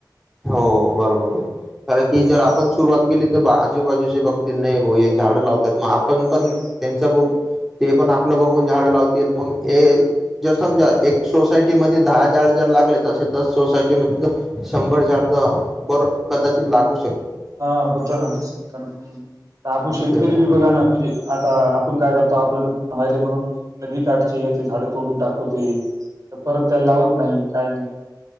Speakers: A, in the centre; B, on the right.
A: हो बरोबर आहे कारणं की
B: हम्म
A: जरं आपणं सुरुवांत केली तरं आजूंबाजूंचे बघतील नाहीं बां हे झाडं लावतांत मंग आपणं
B: हो
A: पणं
B: ना.
A: त्यांचा ब ते पणं आपलं बघूंन झाडं लावतील मंग हे जरं समजां एक सोसांयटी मध्ये दहा झाडं जरं लागले तरं असे दसं सोसांयटी मध्यें तरं शंभर झाडं तरं बरं कदांचितं लागूं
B: हां होतं नां तेचं होतं नां हम्मं आपणं शेतंकरी
A: त्यांना
B: बी बघानं म्हणजे आतां आपणं कायं करतो आपलं हिले म्हणूंन नदी कांठचे यांचे झाडं तोंडून टाकतोय तरं परंत त्यांला लावतं नाहीं कायं नाहीं